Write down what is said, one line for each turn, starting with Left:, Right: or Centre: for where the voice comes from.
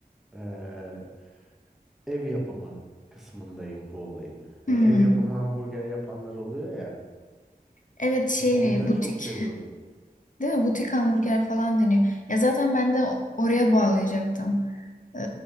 Centre: eee, ev yapımı kısmındayım bu olayın. Hani
Left: Hmm.
Centre: ev yapımı hamburger yapanlar oluyor ya.
Left: Evet şey
Centre: Mesela onları
Left: e, butik
Centre: çok seviyorum.
Left: değil mi? Butik hamburger falan deniyor. Ya zaten ben de o- oraya bağlayacaktım. Ee,